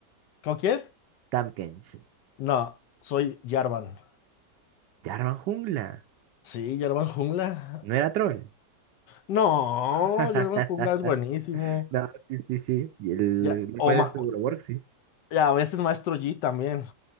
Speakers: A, on the left (about 80°); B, on the right (about 80°).
A: ¿Con quién?
B: Tahm Kench.
A: No, soy Jarvan.
B: ya arman Jungla.
A: Sí, Jarvan Jungla.
B: No era troll.
A: No,
B: <laughs>
A: Jarvan Jungla es buenísimo.
B: No, sí, sí, sí. Y el,
A: Ya,
B: después
A: o ma-
B: de su work, sí.
A: ya, a veces Maestro Yi también.